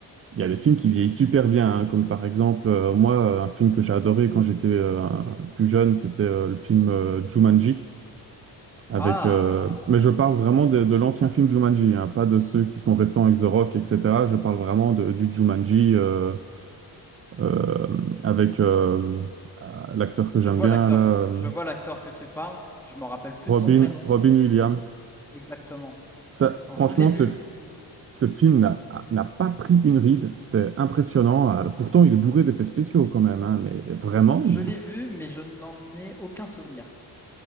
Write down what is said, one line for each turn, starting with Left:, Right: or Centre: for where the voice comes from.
Right: il y a des films qui vieillissent super bien, hein, comme par exemple, euh, moi, euh, un film que j'ai adoré quand j'étais euh, plus jeune, c'était euh, le film euh, Jumanji. Avec,
Centre: Ah!
Right: euh, mais je parle vraiment de, de l'ancien film Jumanji, hein, pas de ceux qui sont récents avec The Rock, etc. Je parle vraiment de- du Jumanji euh, euh, avec euh, euh, l'acteur que j'aime
Centre: Je vois
Right: bien,
Centre: l'acteur.
Right: là, euh,
Centre: Je vois l'acteur que tu parles. Je me rappelle plus
Right: Robin,
Centre: de son prénom.
Right: Robin Williams.
Centre: Exactement.
Right: Ça,
Centre: Alors,
Right: franchement,
Centre: je l'ai vu.
Right: ce, f- ce film n'a a- n'a pas pris une ride. C'est impressionnant. Alors, Pourtant, il est bourré d'effets spéciaux quand même, hein, mais vraiment,
Centre: Je
Right: il,
Centre: l'ai vu, mais je n'en ai aucun souvenir.